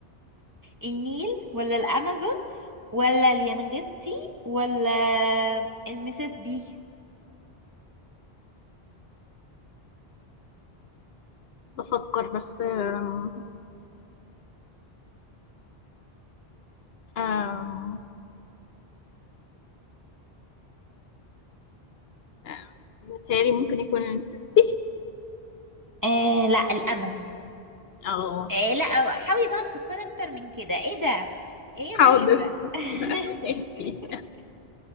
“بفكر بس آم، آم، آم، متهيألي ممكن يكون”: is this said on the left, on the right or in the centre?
Left